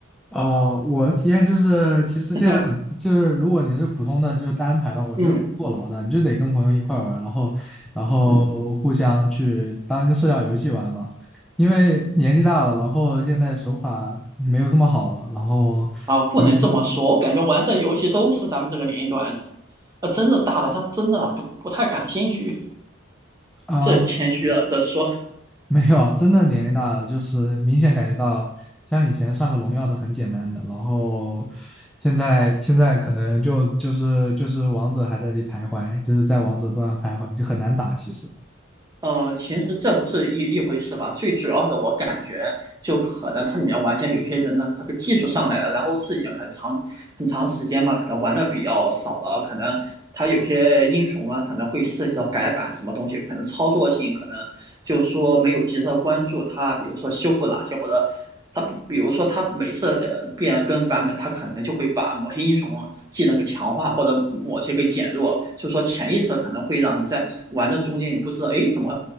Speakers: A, in the centre; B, on the right.
A: 呃，我的体验就是，其实现在很就是，
B: <laughs>
A: 如果你是普通的，就是单排的话我觉得挺坐牢的，
B: 嗯
A: 你就得跟朋友一块玩儿然后，然后互相去当一个社交游戏玩嘛。
B: 嗯
A: 因为年纪大了，然后现在手法没有这么好了，然后，
B: 啊，不能这么说，
A: 比如说
B: 我感觉玩这游戏都是咱们这个年龄段的，呃，真的大的他真的不不太感兴趣。
A: 啊、
B: 这谦虚了，
A: 呃
B: 这说，
A: 没有啊，真的年龄大了，就是明显感觉到，像以前上个荣耀都很简单的，然后现在现在可能就就是就是王者还在那里徘徊，就是在王者端徘徊，就很难打。其实，
B: 呃，其实这不是一一回事吧？最主要的，我感觉就可能它里面玩家有些人呢，他的技术上来了，然后自己可能长很长时间吧，可能玩的比较少了，可能他有些英雄嘛，可能会涉及到改版什么东西，可能操作性可能就是说没有及时的关注它，比如说修复哪些或者。他比比如说，他每次呃变更版本，他可能就会把某些英雄技能给强化，或者某些给减弱。就是说潜意识可能会让你在玩的中间，你不知道，哎，怎么，